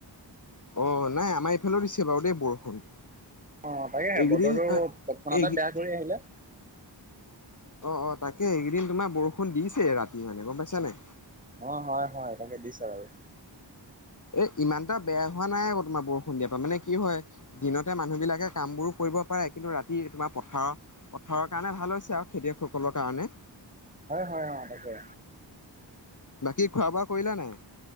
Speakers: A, on the left; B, on the right.
A: অ অ অ নাই আমাৰ এইফালেও দিছে বাৰু দেই বৰষুণ।
B: অঁ অ তাৰেহে
A: এইকেইদিন
B: বতৰটো তৎক্ষণাতে
A: এইকেই
B: বেয়া কৰি আহিলে।
A: অ অ তাকে এইকেইদিন তোমাৰ বৰষুণ দিছে ৰাতি মানে গম পাইছা নে।
B: অ হয় হয় তাকে দিছে আৰু
A: এ ইমানটা বেয়া হোৱা নাই আকৌ তোমাৰ বৰষুণ দিয়াৰ পৰা মানে কি হয়। দিনতে মানুহ বিলাকে কামবোৰো কৰিব পাৰে কিন্তু ৰাতি তোমাৰ পথাৰ। পথাৰৰ কাৰণে ভাল হৈছে আৰু খেতিয়কসকলৰ কাৰণে।
B: হয় হয় অ তাকে।
A: বাকী খোৱা-বোৱা কৰিলা নাই।